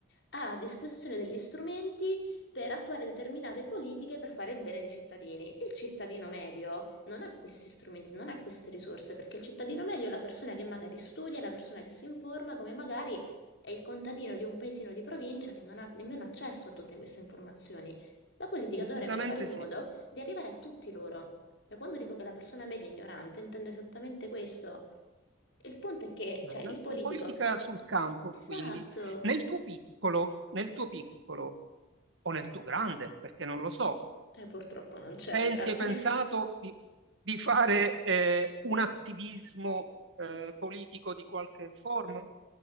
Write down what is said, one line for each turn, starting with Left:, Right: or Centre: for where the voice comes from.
Left: ha a disposizione degli strumenti per attuare determinate politiche per fare il bene dei cittadini. Il cittadino medio non ha questi strumenti, non ha queste risorse, perché il cittadino medio è la persona che magari studia, è la persona che si informa, come magari è il contadino di un paesino di provincia che non ha nemmeno accesso a tutte queste informazioni. La politica
Right: decisamente
Left: dovrebbe fare in modo
Right: sì.
Left: di arrivare a tutti loro. Cioè, quando dico che la persona media è ignorante, intendo esattamente questo. Il punto è che,
Right: Dai,
Left: cioè,
Right: La,
Left: il politico...
Right: la politica sul campo,
Left: Esatto.
Right: quindi, nel tuo piccolo, nel tuo piccolo o nel tuo grande, perché non lo so,
Left: Eh, purtroppo non c'è
Right: pensi,
Left: un grande.
Right: hai pensato di, di fare eh, un attivismo eh, politico di qualche forma?